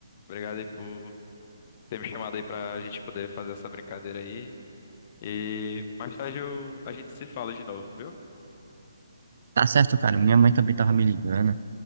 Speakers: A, on the left; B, on the right.
A: Obrigado aí por ter me chamado aí pra gente poder fazer essa brincadeira aí. E mais tarde eu, a gente se fala de novo, viu?
B: Tá certo, cara. Minha mãe também tava me ligando.